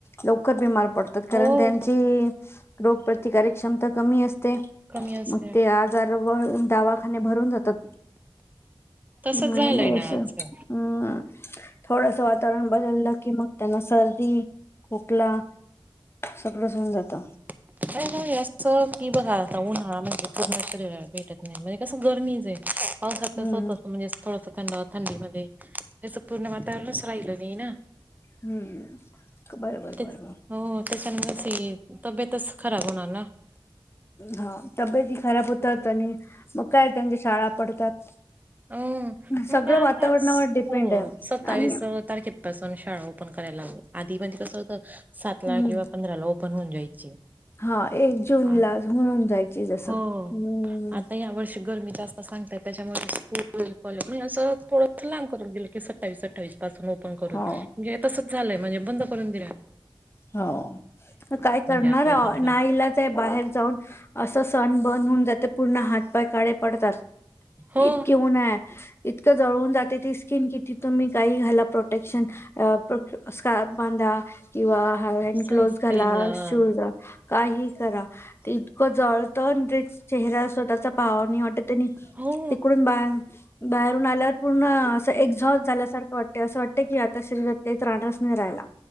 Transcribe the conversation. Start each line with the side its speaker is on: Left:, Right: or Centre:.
Left: लवकर बीमार. पडतात
Right: हो
Left: कारण त्यांची. प्रतिकारक क्षमता कमी असते. ते
Right: कमी असते
Left: मग ते आजार व दावाखाने भरून जातात
Right: तसच
Left: नाय
Right: झालंय
Left: नाय
Right: ना
Left: अस हंम.
Right: आजकाल
Left: थोडंसं वातावरण बदललं की मग. त्यांना सर्दी खोकला, सगळंच होऊन जात.
Right: <unintelligible> असं की, बघा आता उन्हाळा म्हणजे पूर्ण शरीराला भेटत नाही म्हणजे कसं गर्मीच आहे. पाऊसात
Left: हम्म
Right: कस होत. अस म्हणजे थोडस. थंडावा थंडी मध्ये तसं पूर्ण वातावरणच राहिलं नाही ना.
Left: हम्म बरोबर
Right: तेच
Left: बरोबर
Right: हो त्याच्याने पण सई ये तब्येतच. खराब होणार ना.
Left: हा तब्येती खराब होतात. आणि मग काय त्यांच्या शाळा पडतात.
Right: अ मग
Left: सगळं
Right: आता
Left: वातावरणावर डिपेंड
Right: होय
Left: आहे
Right: सत्तावीस
Left: आणि
Right: अ तारखे पाासून शाळा ओपन कर करायला लागल आधी म्हणजे कसं होत. सातला
Left: हम्म
Right: किंवा पंधराला ओप बनवून जायची
Left: हा एक जून
Right: आ-
Left: ला होऊन जायची जसं
Right: हो
Left: हम्म
Right: आता या वर्षी गरमी जास्त सांगताय त्याच्यामुळ <unintelligible> आणि एस थोडंस लांब करून गेल की स सत्तावीस अठ्ठावीस पासून ओ पण करू
Left: हो
Right: म्हणजे हे तसंच झालंय म्हणजे बंद करून दिला
Left: हो म काय अ करणार
Right: आता ओपन कर
Left: नाईलाज आहे बाहेर जाऊन अस सण बन होऊन जाते पूर्ण हात पाय काळे पडतात.
Right: हो
Left: ईतके ऊन ये. इतकं जळवून जाते ती स्किन की किती तुम्ही काही घाला प्रोटेक्शन अ प्रो स्कार्फ बांधा किंवा अ हॅन्ड
Right: सनस्क्रीम
Left: ग्लोज घाला
Right: लावा
Left: शूज काही करा ते इतकं जळतं ते चेहरा स्वतःचा पाहावा नाई वाटत
Right: हो
Left: ते कोणं बाया बाहेरून आल्यावर पूर्ण असं एक्झॉस्ट झाल्यासारखं वाटतंय असं वाटतंय की आता शरीरात काही त्राणच नाही राहिला.